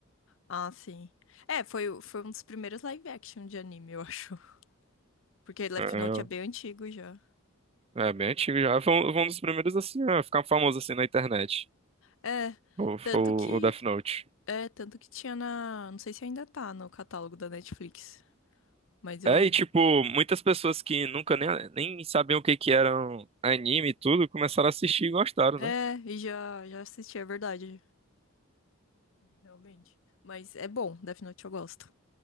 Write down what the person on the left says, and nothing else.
Ah, sim. É, foi, o- foi um dos primeiros live action de anime, eu <laughs> acho. Porque Left
Note é bem antigo já.
É,
tanto
que
é, tanto que tinha na, não sei se ainda tá no catálogo da Netflix, mas eu
lembro.
É,
e já já assisti, é verdade, realmente. Mas é bom, Death Note eu gosto